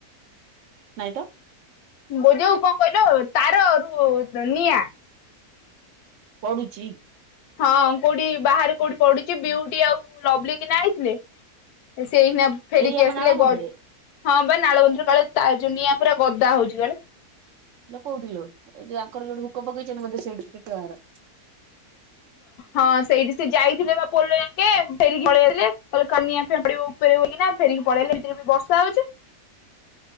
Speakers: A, on the right; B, on the left.
A: ନାଇଁତ।
B: ବୋଉ ଯଉ କଣ କହିଲ, ତାର ରୁ ନିଆଁ।
A: ପଡୁଚି!
B: ହଁ, କୋଉଠି ବାହାରେ କୋଉଠି ପଡୁଚି। ବିଉଟି ଆଉ ଲଭ୍ଲି କିନା ଆଇଥିଲେ। ସେ ଏହିକିଣା ଫେରିକି
A: ଏଇ ଆମ
B: ଆସିଲେ,
A: ନାଳ ବନ୍ଧରେ।
B: ଗଜ ହଁ, ବା ନାଳବନ୍ଧରେ କାଳେ ତା, ଯୋ ନିଆଁ ପୁରା ଗଦା ହଉଛି କାଳେ!
A: ଇଲୋ କୋଇଠି ଲୋ ଏ ଯଉ ୟାଙ୍କର ଯୋଇଠି ହୁକ ପକେଇଛନ୍ତି ବୋଧେ ସେ ସେଇଠି <unintelligible>
B: ହଁ ସେଇଠି ସେ ଯାଇଥିଲେ ବା ପୋଲ ଯାକେ ଫେରିକି ପଳେଇ <unintelligible> ଉପରେ ଏରେ ବି ବର୍ଷା ହୋଉଚି।